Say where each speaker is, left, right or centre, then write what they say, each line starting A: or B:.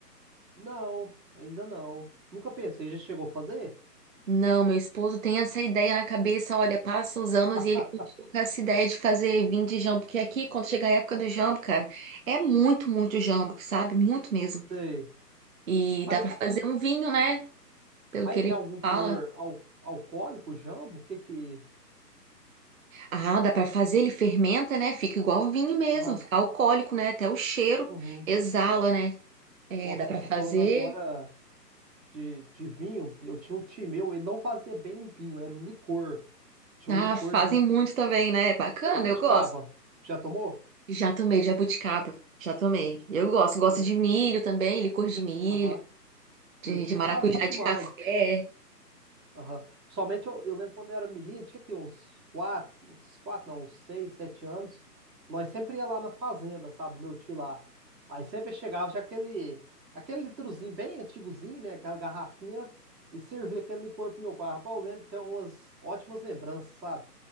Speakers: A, on the right; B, on the right.
A: Não, ainda não. Nunca pensei, já chegou a fazer?
B: Não, meu esposo tem essa ideia na cabeça. Olha, passa os anos
A: <laughs>
B: e ele continua com essa ideia de fazer vinho de jambo. Porque aqui, quando chega a época do jambo, cara, é muito, muito jambo, sabe? Muito mesmo.
A: Sei.
B: E
A: Mas,
B: dá pra fazer um vinho, né? pelo
A: mas
B: que ele
A: tem algum teor
B: fala.
A: al- alcoólico, jambo? O que que...
B: Ah, dá pra fazer, ele fermenta, né? Fica igual vinho mesmo,
A: Aham,
B: fica alcoólico, né? Até o cheiro
A: uhum.
B: exala, né? É,
A: Nossa,
B: dá pra
A: você
B: fazer.
A: falando agora de, de vinho, eu tinha um tio meu, ele não fazia bem um vinho, era um licor. Tinha
B: Ah,
A: um licor
B: fazem
A: de
B: muito também, né? É Bacana,
A: jabuticaba.
B: eu gosto.
A: Já tomou?
B: Já tomei de jabuticaba, já tomei. Eu gosto, gosto
A: Meu,
B: de milho também, licor de milho,
A: aham.
B: de,
A: Meu tio
B: de maracujá
A: fazia demais.
B: de café.
A: Aham. Principalmente eu, eu lembro quando eu era menino, tinha aqui uns quatro, uns quatro, não, uns seis, sete anos. Nós sempre ia lá na fazenda, sabe? Meu tio lá. Aí sempre chegava já aquele, aquele litrozinho bem antigozinho, né? Aquela garrafinha, e servia aquele licor pro meu pai. Rapaz, eu lembro, tem umas ótimas lembranças, sabe?